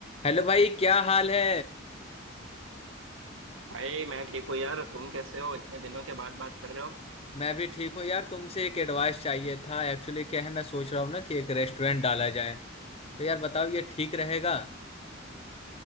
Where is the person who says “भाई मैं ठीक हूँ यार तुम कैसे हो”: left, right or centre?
Right